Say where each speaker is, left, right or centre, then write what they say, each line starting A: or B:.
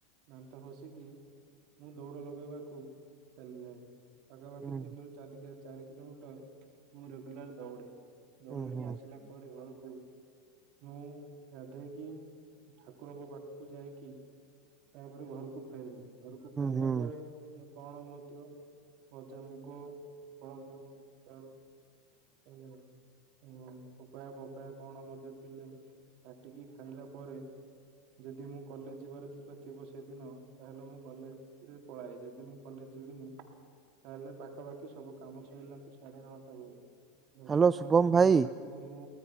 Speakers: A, on the right; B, on the right.
A: ଦାନ୍ତ ଘସିକି ମୁଁ ଦୌଡ ଲଗେଇବାକୁ ଚାଲିଯାଏ ପାଖାପାଖି
B: ହୁଁ
A: ତିନିରୁ ଚାଲିକିଆ ଚାରି କିଲୋମିଟର ମୁଁ ରେଗୁଲାର ଦୌଡେ।
B: ହୁଁ
A: ଦୌଡିକି
B: ହୁଁ
A: ଆସିଲା ପରେ ଘରକୁ। ମୁଁ ଗାଧେଇକି ଠାକୁରଙ୍କ ପାଖକୁ ଯାଇକି ତାପରେ ଘରକୁ ଫେରେ, ଘରକୁ ଫେରିଲା
B: ହୁଁ
A: ପରେ ମୁଁ କଣ ମଧ୍ୟ ଭଜା ମୁଗ ଫଳମୂଳ ବୋଇତାଳୁ ଖାଏ ଆଉ ହଁ ପପାୟା ପପାୟା କଣ ମଧ୍ୟ ଥିଲେ କାଟିକି ଖାଇଲା ପରେ ଯଦି ମୁଁ କଲେଜ ଯିବାର ଥିଲେ ଥିବ ସେଦିନ ତାହେଲେ ମୁଁ କଲେଜ ପଳାଏ। ଯଦି ଯଦି ମୁଁ କଲେଜ ଯିବିନି ତାହେଲେ ପାଖାପାଖି ସବୁ କାମ ସରିଲାକୁ ସାଢେ ନଅଟା ହୁଏ। ଦଶଟା
B: ହ୍ୟାଲୋ ଶୁଭମ
A: ସାଢ଼େ
B: ଭାଇ
A: ନଅଟା ମୁଁ